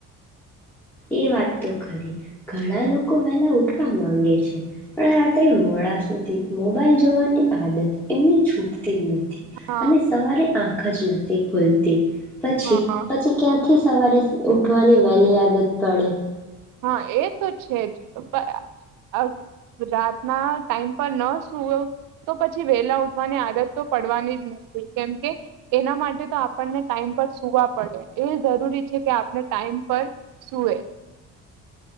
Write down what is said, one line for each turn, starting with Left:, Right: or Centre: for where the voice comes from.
Centre: એ વાત તો ખરી ઘણા લોકો વેલા ઉઠવા માંગે છે પણ રાત્રે મોડા સુધી મોબાઈલ જોવાની આદત એમની છૂપ તેમ નથી
Right: હા
Centre: અને સવારે આ ખ જ નથી ખુલતી પછી
Right: હા.
Centre: પછી ક્યાંથી સવારે ઉઠવાની વહેલી આદત તણે
Right: હા એ તો છે જ આ રાતના ટાઈમ પર ન સુવ તો પછી વેલા ઉઠવાની આદત તો પડવાની જ નથી કેમકે એના માટે તો આપણને ટાઈમ પર સુવા પડે એ જરૂરી છે કે આપણે ટાઈમ પર સુવે